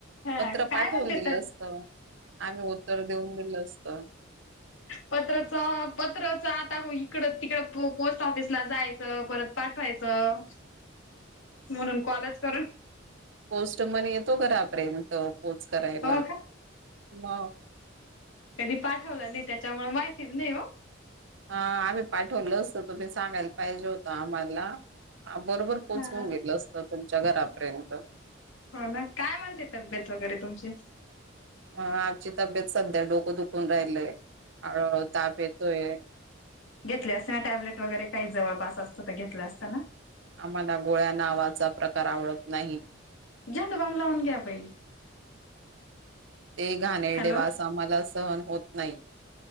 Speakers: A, on the left (about 75°); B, on the right (about 65°).
A: हा
B: पत्र
A: काय
B: पाठवून
A: म्हणते
B: दिलं
A: तर
B: असत. आम्ही उत्तर देऊन दिलं असत.
A: पत्रचं पत्रच आता इकड, तिकड पोस्ट ऑफिसला जायचं. परत पाठवायचं म्हणून कॉलेज करून
B: पोस्ट मण येतो घरापर्यंत पोच करायला
A: हो का
B: म.
A: कधी पाठवलं नाही त्याच्यामुळे माहितीच नाही हो.
B: ह आम्ही पाठवलं असत. तुम्ही सांगायला पाहिजे होतं आम्हाला बरोबर पोचून
A: हा
B: दिलं असतं तुमच्या घरापर्यंत.
A: हो ना काय म्हणते तब्येत वगैरे तुमची.
B: अ आमची तब्येत सध्या डोकं दुखून राहिलय हळूहळू ताप येतोय.
A: घेतले असते ना टॅब्लेट वगैरे काही जवळपास असतं तर घेतलं असतना.
B: आम्हाला गोळ्या नावाचा प्रकार आवडत नाही.
A: झंडू बाम लावून घ्या बाई.
B: ते घाणेरडे
A: हॅलो
B: वास आम्हाला सहन होत नाहीत.